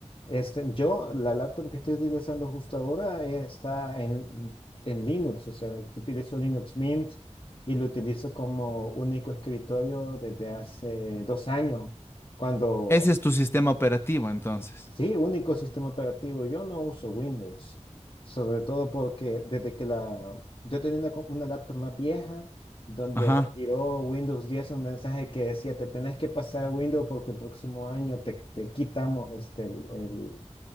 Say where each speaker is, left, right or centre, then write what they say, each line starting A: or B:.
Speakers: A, on the left; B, on the left.
A: Este, yo, la laptop que estoy utilizando justo ahora eh, está en, en Linux, o sea, utilizo Linux Mint y lo utilizo como único escritorio desde hace dos años, cuando,
B: Ese es tu sistema operativo, entonces.
A: sí, único sistema operativo. Yo no uso Windows, sobre todo porque desde que la, yo tenía una, co- una laptop más vieja, donde
B: Ajá.
A: me tiró Windows 10 un mensaje que decía, te tenés que pasar a Windows porque el próximo año te, te quitamos este, el, el-